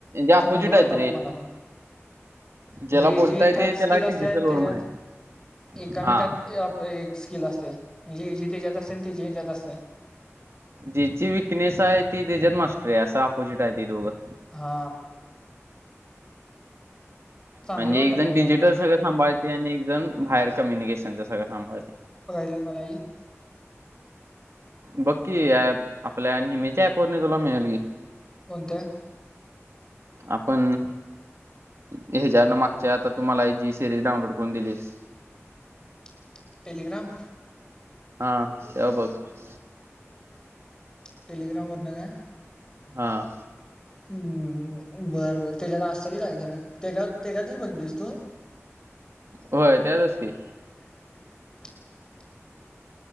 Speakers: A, on the right; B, on the left.
A: अपोजिट
B: चांगली वाटायला
A: आहेत रे
B: मला पण.
A: ज्याला
B: म्हणजे
A: बोलता
B: जे एकातं
A: येते त्याला
B: स्किल असतंय
A: डिजिटल
B: आणि त्याज्यात
A: वर माहित
B: एककामेकात
A: हा
B: ये आपलं स्किल असतयं. म्हंजे ह्यजी त्याज्यात आणि त्यजी ह्यज्यात असत्या.
A: जेची विकनेस हाय ती त्याच्यातं मास्टर हाय असं आपोजिट हाय ती दोघं.
B: हा चांगले
A: म्हणजे
B: वाटायला
A: एक जण डिजिटल
B: जरा मला
A: सगळं सांभाळतेयं आणि एक जण बाहेर कम्युनिकेशनचं सगळं सांभाळतेय.
B: <unintelligible>
A: बघ की ॲप आपल्या नेहमीच्या ॲप वरन तुला मिळेल की!
B: कोणत्या?
A: आपण ह्याच्यान मागच्या आता तुम्हाला जी सिरीज डाउनलोड करून दिलीस.
B: <inaudible> टेलिग्राम
A: हां त्या वर बघ.
B: टेलिग्रामवर न काय?
A: हां.
B: हम्म बर बर त्याच्यात असल काय खरं त्याच्यात त्याच्यातच बघितलीस तू
A: होय त्यातस की
B: <inaudible>